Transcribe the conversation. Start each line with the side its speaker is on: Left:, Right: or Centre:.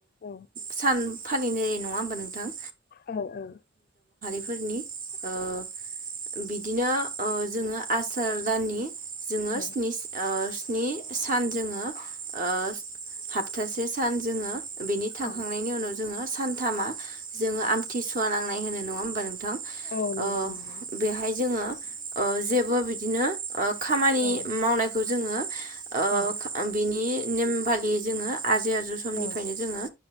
Left: औ
Right: सान फालिनाय नङा होमबा नोंथां?
Left: औ औ।
Right: फोरनि ओ बिदिनो ओ जोङो आसार दाननि जोङो
Left: औ
Right: स्निस ओ स्नि सान जोङो ओ हाप्थासे सान जोङो बिनि थांखांनायनि
Left: औ
Right: उनाव जोङो सानथामा जोङो आमथिसुवा नांनाय होनो नङा होमबा नोंथां?
Left: औ नंगौ
Right: ओ
Left: नंगौ
Right: बेहाय जोङो ओ जेबो बिदिनो ओ खामानि
Left: औ
Right: मावनायखौ जोङो ओ
Left: औ
Right: बिनि नेम बादियै जोङो आजै आजौ समनिफ्रायनो
Left: औ
Right: जोङो